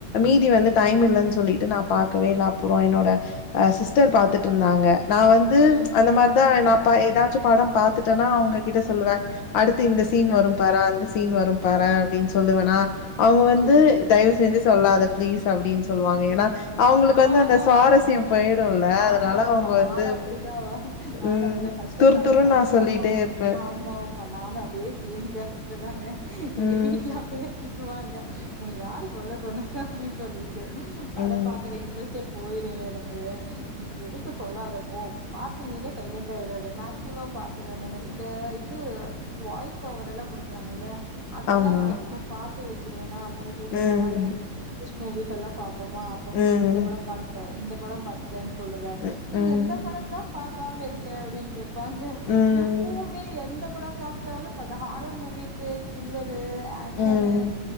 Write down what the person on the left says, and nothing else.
மீதி வந்து டைம் இல்லன்னு சொல்லிட்டு நா பாக்கவே இல்லா அப்புறோ என்னோட ஆ சிஸ்டர் பாத்துட்டு இருந்தாங்க நா வந்து
அந்த மார்தா நா பா ஏதாச்சு பாடம் பாத்துட்டேன்னா அவுங்ககிட்ட சொல்லுவ அடுத்து இந்த சீன் வரு பார அந்த சீன் வரு பார அப்டின்னு சொல்லுவன்னா அவுங்க வந்து
தயவு செஞ்சு சொல்லாத பிளீஸ் அப்டின்னு சொல்லுவாங்க ஏனா அவுங்களுக்கு
வந்து அந்த சுவாரஸ்யம் போயிடும்ல
அதனால
அவுங்க
வந்து
ம்
துர்
துருன்னு
நா சொல்லிட்டே இருப்பேன்.
ம்,
ம்,
ஆமா.
ம்,
ம்,
ம்,
ம்,
ம்,
ம்,